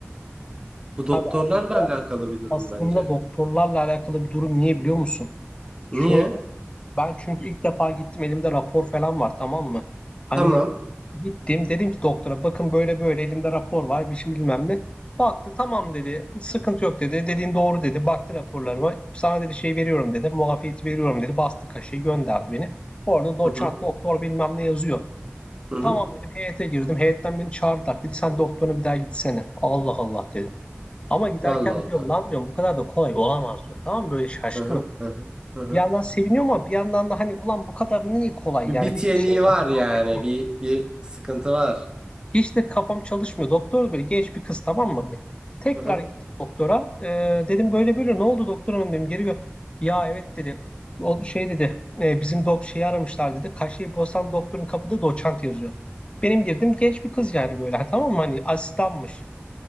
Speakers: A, on the right; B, on the left.
A: Bu doktorlarla
B: Abi aslında,
A: alakalı bir durum
B: aslında
A: bence.
B: doktorlarla alakalı bir durum niye biliyor musun? Şöyle
A: Niye?
B: Ben çünkü ilk defa gittim elimde rapor falan var tamam mı? Hani
A: Tamam.
B: gittim dedim ki doktora bakın böyle böyle elimde rapor var bir şey bilmem ne. Baktı tamam dedi sıkıntı yok dedi dediğin doğru dedi baktı raporlarıma sana dedi şey veriyorum dedi muafiyeti veriyorum dedi bastı kaşeyi gönderdi beni. Orada doçent
A: Hı hı.
B: doktor bilmem ne yazıyor.
A: Hı
B: Tamam
A: hı.
B: dedim heyete girdim heyetten beni çağırdılar dedi sen doktoruna bir daha gitsene. Allah Allah dedim. Ama giderken
A: Allah Allah.
B: diyorum lan diyorum bu kadar da kolay olamaz diyorum tamam mı böyle şaşkınım.
A: Hı hı. Hı hı. Hı hı.
B: Bir yandan seviniyor ama bir yandan da hani ulan bu kadar niye kolay
A: Bir
B: yani
A: bit
B: bir
A: yeniği
B: şey var.
A: var yani.
B: Ha, aynen.
A: Bir bir sıkıntı var.
B: Hiç de kafam çalışmıyor. Doktor böyle genç bir kız tamam mı hani. Tekrar
A: Hı hı.
B: gittim doktora. Ee, dedim böyle böyle ne oldu doktor hanım dedim. Geri gö- Ya evet dedi. O şey dedi. "e, bizim dok şeyi aramışlar dedi. Kaşeyi bozan doktorun kapıda doçent yazıyor. Benim girdim genç bir kız yani böyle tamam mı hani asistanmış.